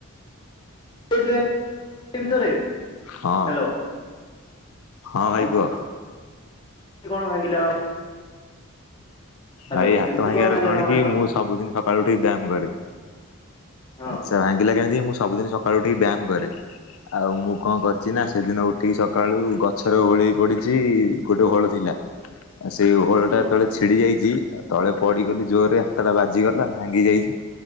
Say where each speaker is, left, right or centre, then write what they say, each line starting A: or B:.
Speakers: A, on the left (about 20°); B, on the left (about 75°).
A: <unintelligible> ଭିତରେ
B: ହଁ।
A: ହ୍ୟାଲୋ
B: ହଁ ଭାଇ
A: ତମ
B: କୁହ।
A: ହାତ କେମିତି କଣ ଭାଙ୍ଗିଲା ମ? ହ୍ୟାଲୋ
B: ଭାଇ ହାତ
A: କେମିତି
B: ଭାଙ୍ଗିବାର
A: ଭାଙ୍ଗିଲା
B: କଣ
A: ତମ
B: କି,
A: ହାତ?
B: ମୁଁ ସବୁଦିନ ସକାଳୁ ଉଠିକି ବ୍ୟାୟାମ କରେ।
A: ହଁ
B: ଆଛା, ଭାଙ୍ଗିଲା କେମିତି କି, ମୁଁ ସବୁଦିନ ସକାଳୁ ଉଠିକି ବ୍ୟାୟାମ କରେ। ଆଉ ମୁଁ କଣ କରିଛି ନା, ସେଦିନ ଉଠିକି ସକାଳୁ ଗଛର ଓହୋଳେଇ ପଡିଚି, ଗୋଟେ ଓହୋଳ ଥିଲା
A: <inaudible>
B: ଆଉ ସେଇ ଓହଳଟା
A: ହୁଁ
B: ଯେତେବେଳେ ଛିଡି ଯାଇଚି ତଳେ ପଡିଗଲି ଜୋରରେ ହାତଟା ବାଜିଗଲା, ଭାଙ୍ଗି ଯାଇଚି।